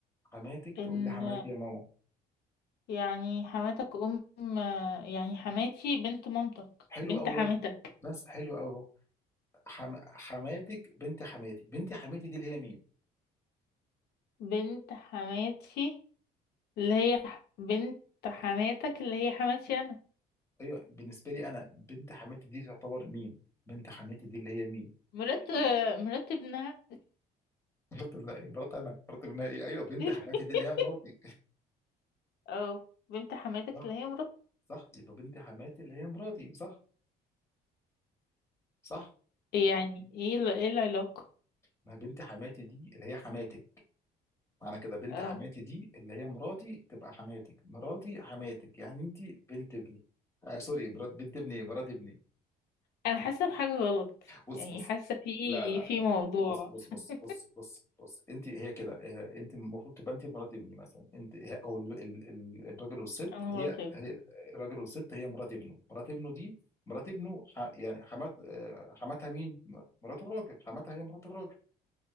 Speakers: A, on the left; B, on the left.
A: حماتك تقول
B: ان
A: لي حماتي يا ماما
B: يعني حماتك ام يعني حماتي بنت مامتك
A: حلو
B: بنت
A: قوي
B: حماتك
A: بس حلو قوي حم... حماتك بنت حماتي بنت حماتي دي اللي هي مين
B: بنت حماتي اللي هي ح- بنت حماتك اللي هي حماتي انا
A: ايوه بالنسبه لي انا بنت حماتي دي تعتبر مين بنت حماتي دي اللي هي مين
B: مرات مرات ابنها
A: <laughs> مرات ابنها ايه مرات انا مرات ابنها ايه ايوه بنت
B: <laughs>
A: حماتي دي اللي هي مراتي
B: اه بنت حماتك
A: صح
B: اللي هي مرات
A: صح يبقى بنت حماتي اللي هي مراتي صح صح
B: يعني ايه ال- ايه العلاقة
A: ما بنت حماتي دي اللي هي حماتك معنى كده بنت
B: اه
A: حماتي دي اللي هي مراتي تبقى حماتك مراتي حماتك يعني انت بنت ابني آه سوري مرات بنت ابني مرات ابني
B: انا حاسه بحاجه غلط
A: بص
B: يعني
A: بص
B: حاسه في
A: لا لا
B: في موضوع
A: بص بص بص
B: <laughs>
A: بص بص بص انت هي كده آه، انت المفروض تبقى انت مرات ابني مثلا انت هي- او ال- ال- ال- الراجل والست
B: انا مراقب
A: هي هي الراجل والست هي مرات ابنه مرات ابنه دي مرات ابنه ح- يعني حمات آه، حماتها مين مرات الراجل حماتها هي مرات الراجل